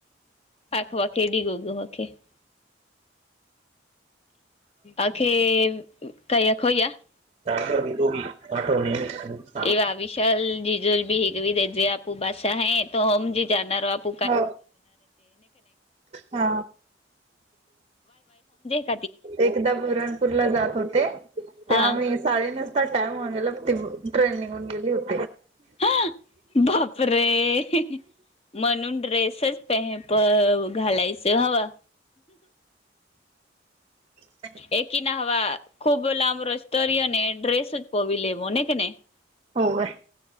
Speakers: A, on the left; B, on the right.
A: आखवाखेडी गो ग हखे <unintelligible> आखे काय अखोई या <unintelligible>
B: च दोघी आठवणी <inaudible>
A: ए विशाल झिजल भी हीग देजे आप उ बासाा है त हम जे जाणार आप
B: हो हा
A: <unintelligible> <unintelligible>
B: एकदा बरणपूरला जात होते तेव्हा
A: हा
B: मी चाली नसता टाईम ट्रेन निघून गेली होती
A: हा बापरे म्हणून ड्रेसच पेह प घालायचं हवा
B: ह <inaudible>
A: एकी ना हवा खूप लांब रस्तरी ्रेस पोवी लेवो न के नाही <unintelligible>
B: हो हाय